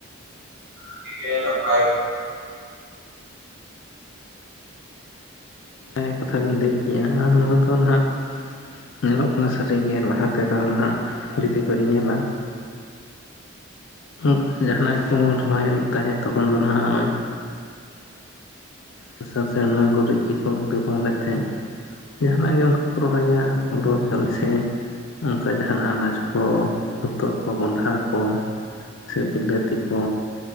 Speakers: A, on the right; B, on the left.
A: ᱟᱹᱰᱤ ᱜᱮ ᱱᱟᱯᱟᱭ
B: ᱚᱱᱟ ᱠᱟᱛᱷᱟ ᱵᱮᱱ ᱞᱟᱹᱭ ᱠᱮᱜ-ᱟ ᱟᱨ ᱱᱚᱣᱟ ᱫᱚ ᱱᱟᱦᱟᱜ ᱧᱮᱞᱚᱜ ᱠᱟᱱᱟ ᱥᱟᱹᱨᱤ ᱜᱮ ᱞᱟᱦᱟ ᱛᱮᱫᱚ ᱱᱟᱦᱟᱜ ᱡᱩᱫᱤᱵᱮᱱ ᱧᱮᱞᱟ ᱠᱟ ᱡᱟᱦᱟᱱᱟᱜ ᱠᱚ ᱨᱚᱦᱚᱭᱮᱫ ᱛᱟᱦᱮᱸᱫ ᱛᱚᱠᱷᱚᱱ ᱫᱚ ᱱᱟᱸᱜ ᱦᱚᱸᱜ-ᱚᱭ ᱦᱟᱥᱟ ᱥᱮ ᱚᱱᱟ ᱜᱩᱨᱤᱡ ᱜᱮᱠᱚ ᱵᱮᱵᱚᱦᱟᱨᱮᱫ ᱛᱟᱦᱮᱸᱜ᱾ ᱡᱟᱦᱟᱱᱟᱜ ᱜᱮ ᱚᱝᱠᱟ ᱠᱚ ᱨᱚᱦᱚᱭᱟ ᱦᱩᱲᱳ ᱪᱟᱞᱮ ᱥᱮ ᱚᱝᱠᱟ ᱡᱟᱦᱱᱟᱜ ᱟᱱᱟᱡᱽ ᱠᱚ ᱦᱚᱛᱚᱜ ᱠᱚ ᱠᱚᱦᱚᱸᱰᱟ ᱠᱚ᱾ ᱥᱮ ᱵᱤᱞᱟᱹᱛᱤ ᱠᱚ